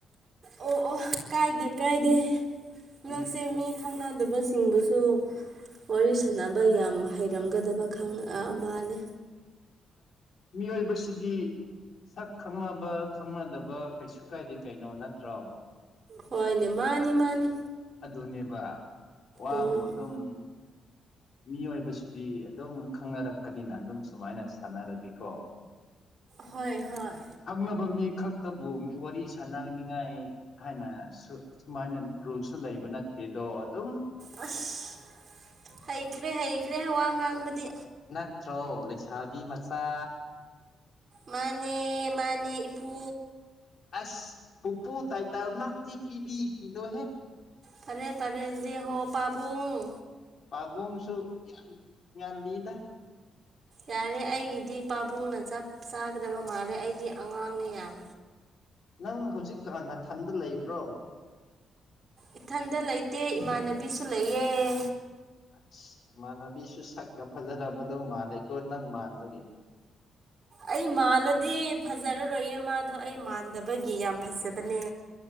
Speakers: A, on the right; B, on the left.
A: ꯑꯣ ꯑꯣ ꯀꯥꯏꯗꯦ ꯀꯥꯏꯗꯦ
B: ꯎꯝ
A: ꯅꯪꯁꯦ ꯃꯤ ꯈꯪꯅ ꯇꯕ ꯁꯤꯡꯕꯨꯁꯨ ꯋꯥꯔꯤ ꯁꯥꯟꯅꯕ ꯌꯥꯝ ꯍꯩꯔꯝꯒꯗꯕ ꯈ ꯃꯥꯜꯂꯦ
B: ꯃꯤꯑꯣꯏꯕꯁꯤꯗꯤ ꯁꯛ ꯈꯪꯅꯕ ꯈꯪꯅꯗꯕ ꯀꯩꯁꯨ ꯀꯥꯏꯗꯦ ꯀꯩꯅꯣ ꯅꯠꯇ꯭ꯔꯣ
A: ꯍꯣꯏꯅꯦ ꯃꯥꯅꯤ ꯃꯥꯅꯤ
B: ꯑꯗꯨꯅꯦꯕ ꯋꯥꯕꯨ
A: ꯎꯝ
B: ꯑꯗꯨꯝ ꯃꯤꯑꯣꯏꯕꯁꯤꯗꯤ ꯑꯗꯨꯝ ꯈꯪꯅꯔꯛꯀꯅꯤꯅ ꯑꯗꯨꯝ ꯁꯨꯃꯥꯏꯅ ꯁꯥꯟꯅꯔꯒꯀꯣ
A: ꯍꯣꯏ ꯍꯣꯏ
B: ꯈꯪꯅꯕ ꯃꯤ ꯈꯛꯇꯕꯨ ꯋꯥꯔꯤ ꯁꯥꯟꯅꯅꯤꯉꯥꯏ ꯍꯥꯏꯅ ꯁꯨꯃꯥꯏꯅ ꯔꯨꯜꯁꯨ ꯂꯩꯕ ꯅꯠꯇꯦ ꯑꯗꯣ ꯑꯗꯨ
A: ꯑꯁ ꯍꯩꯈ꯭ꯔꯦ ꯍꯩꯈ꯭ꯔꯦꯅ ꯋꯥ ꯉꯥꯡꯕꯗꯤ
B: ꯅꯠꯇ꯭ꯔꯣ ꯂꯩꯁꯥꯕꯤ ꯃꯆꯥ
A: ꯃꯥꯅꯦ ꯃꯥꯅꯦ ꯏꯄꯨ
B: ꯑꯁ ꯄꯨꯄꯨ ꯇꯥꯏꯇꯥꯜꯃꯇꯤ ꯄꯤꯕꯤꯈꯤꯅꯣꯍꯦ
A: ꯐꯔꯦ ꯐꯔꯦꯗꯤ ꯍꯣ ꯄꯥꯕꯨꯨꯡ
B: ꯄꯥꯕꯨꯡꯁꯨ ꯌꯥꯝ ꯉꯜꯂꯤꯗ
A: ꯌꯥꯔꯦ ꯑꯩꯒꯤꯗꯤ ꯄꯥꯕꯨꯡꯅ ꯆꯞ ꯆꯥꯒꯗꯕ ꯃꯥꯜꯂꯦ ꯑꯩꯗꯤ ꯑꯉꯥꯡꯅꯦ ꯌꯥꯝ
B: ꯅꯪ ꯍꯧꯖꯤꯛꯀꯥꯟꯅ ꯊꯟꯗ ꯂꯩꯕ꯭ꯔꯣ
A: ꯏꯊꯟꯗ ꯂꯩꯇꯦ ꯏꯃꯥꯟꯅꯕꯤꯁꯨ ꯂꯩꯌꯦꯦ
B: ꯑꯁ ꯏꯃꯥꯟꯅꯕꯤꯁꯨ ꯁꯛꯀ ꯐꯖꯔ ꯃꯗꯧ ꯃꯥꯥꯟꯅꯩꯀꯣ ꯅꯪ ꯃꯥꯟꯕꯒꯤ
A: ꯑꯩ ꯃꯥꯜꯂꯗꯤ ꯐꯖꯔꯔꯣꯏꯌꯦ ꯃꯥ ꯑꯗꯣ ꯑꯩ ꯃꯥꯟꯗꯕꯒꯤ ꯌꯥꯝ ꯐꯖꯕꯅꯦ